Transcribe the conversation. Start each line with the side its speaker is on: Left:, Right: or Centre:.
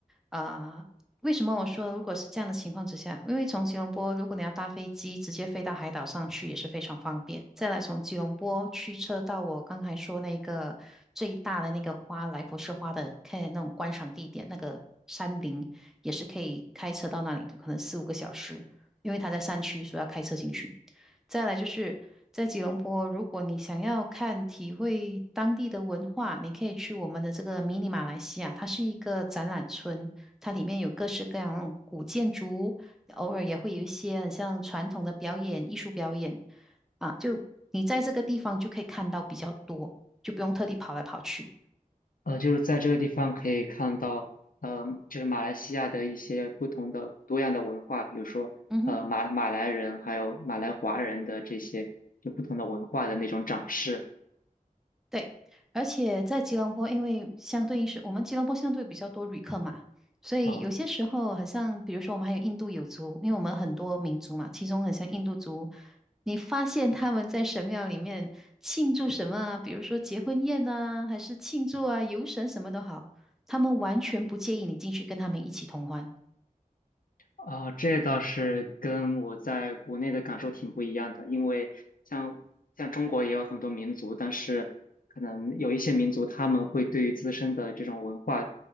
Centre: 啊、为什么我说如果是这样的情况之下，因为从吉隆坡如果你要搭飞机直接飞到海岛上去也是非常方便。再来从吉隆坡驱车到我刚才说那个最大的那个花来佛士花的看那种观赏地点，那个山林也是可以开车到那里的，可能四五个小时，因为它在山区，所以要开车进去。再来就是在吉隆坡，如果你想要看体会当地的文化，你可以去我们的这个迷你马来西亚，它是一个展览村。它里面有各式各样那种古建筑，偶尔也会有一些很像传统的表演、艺术表演啊，就你在这个地方就可以看到比较多，就不用特地跑来跑去。
Left: 呃，就是在这个地方可以看到，呃，就是马来西亚的一些不同的多样的文化，比如说，
Centre: 嗯哼。
Left: 呃，马马来人还有马来华人的这些就不同的文化的那种展示
Centre: 对，而且在吉隆坡，因为相对应是我们吉隆坡相对比较多旅客嘛，所以有些时候好像，
Left: 啊。
Centre: 比如说我们还有印度有族，因为我们很多民族嘛，其中很像印度族，你发现他们在神庙里面庆祝什么啊？比如说结婚宴呐、还是庆祝啊游神什么都好，他们完全不介意你进去跟他们一起同欢。
Left: 啊，这倒是跟我在国内的感受挺不一样的，因为像像中国也有很多民族，但是可能有一些民族他们会对于自身的这种文化